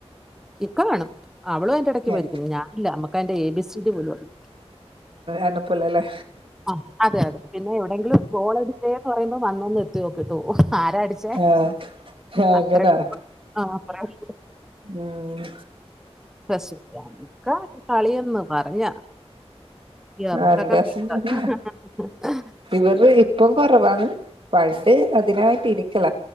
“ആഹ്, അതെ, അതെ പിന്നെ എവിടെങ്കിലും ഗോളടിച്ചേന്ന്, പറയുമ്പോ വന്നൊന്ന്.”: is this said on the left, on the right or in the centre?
Centre